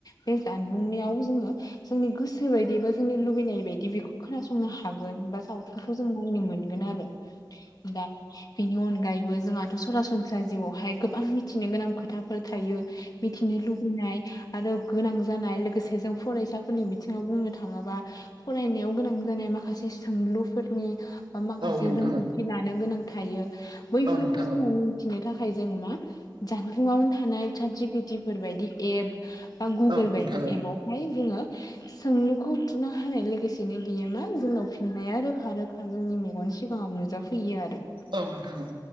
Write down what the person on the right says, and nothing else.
औ नोंथां
औ
औ नोंथां
औ
औ नोंथां
औ
औ नोंथा औ।